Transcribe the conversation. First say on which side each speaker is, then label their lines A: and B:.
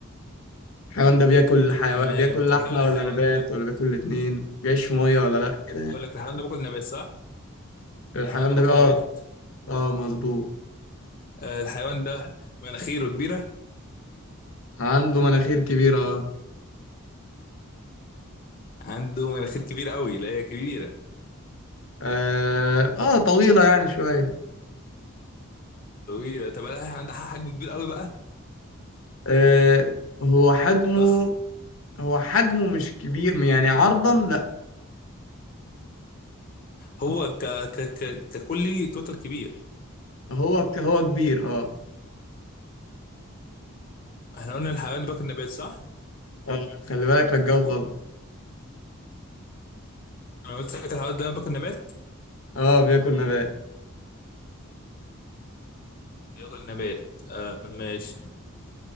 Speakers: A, on the left (about 70°); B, on the left (about 40°).
A: الحيوان ده بياكل حيوان
B: تمام
A: بياكل
B: طب
A: لحمة
B: هل الحيوان
A: ولا نبات
B: ده
A: ولا بياكل الاتنين بيعيش في مية ولا لأ كده يعني
B: اقول لك الحيوان ده باكل نبات صح
A: الحيوان
B: الحيوان ده
A: ده
B: باكل
A: بي- اه
B: نبات
A: اه مظبوط
B: آه الحيوان ده مناخيره كبيره
A: عنده مناخير كبيرة اه
B: عنده مناخير كبيره قوي لا هي كبيره
A: اه آه، طويلة يعني شوية
B: طويله طب هل الحيوان ده حجم كبير قوي بقى
A: آه هو حجمه
B: ضخم
A: هو حجمه مش كبير يعني عرضا لأ
B: هو ك... ك... ك... ككلي توتال كبير
A: هو ك- هو كبير اه
B: احنا قلنا الحيوان ده باكل نبات صح
A: آه، خلي بالك لا تجاوب غلط
B: انا قلت لك الحوار ده باكل نبات
A: اه بياكل نبات
B: باكل نبات آه ماشي